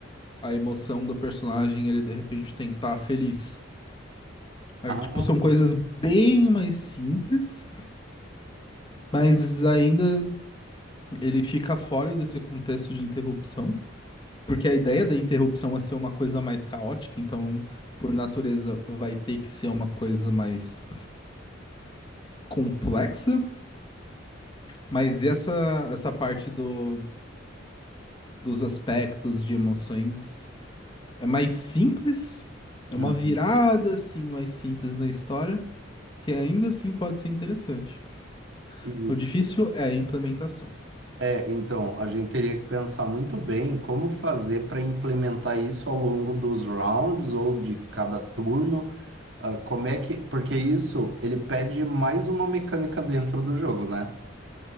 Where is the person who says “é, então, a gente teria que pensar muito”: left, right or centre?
Right